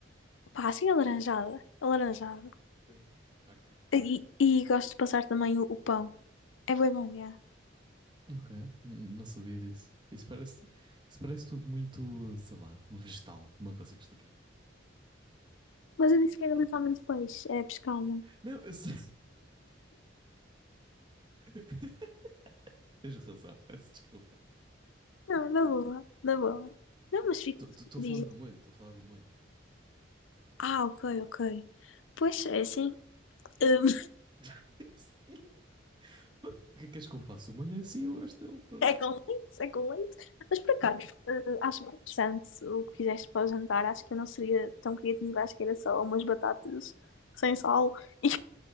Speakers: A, on the left; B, on the right.
A: pá, assim alaranjada, alaranjada.
B: É. Ok.
A: E, e gosto de passar também o, o pão. É bem bom, é.
B: Ok, N- não sabia disso. Isso parece, isso parece tudo muito, sei lá, vegetal. Não consigo explicar.
A: Mas eu disse que era literalmente peixe, é pescada.
B: Não, eu sei. <laughs> Tens razão, peço desculpa.
A: Não, na boa, na boa. Não, mas fico.
B: Estou
A: Dizem.
B: a falar do molho, estou a falar do molho.
A: Ah, ok, ok. Pois é assim. hum,
B: <laughs> Sim, pronto. O que é que és que eu faço? Uma olha assim, eu gosto dele,
A: <laughs>
B: pronto.
A: é com leite, é com leite. Mas por acaso, eh, acho bem interessante o que fizeste para o jantar. Acho que eu não seria tão criativa, acho que era só umas batatas sem sal <laughs> e